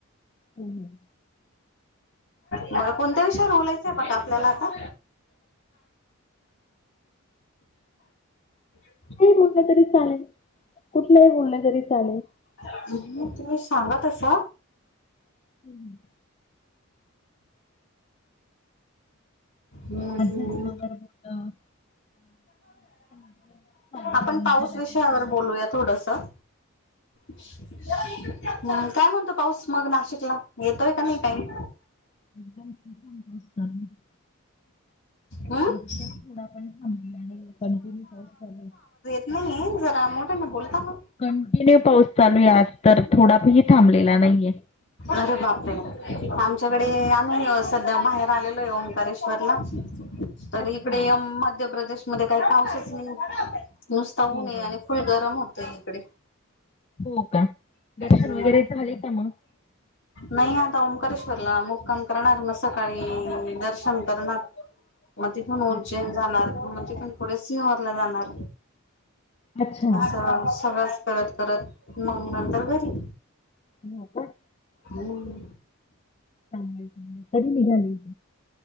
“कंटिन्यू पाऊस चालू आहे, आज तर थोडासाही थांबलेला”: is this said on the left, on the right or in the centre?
Left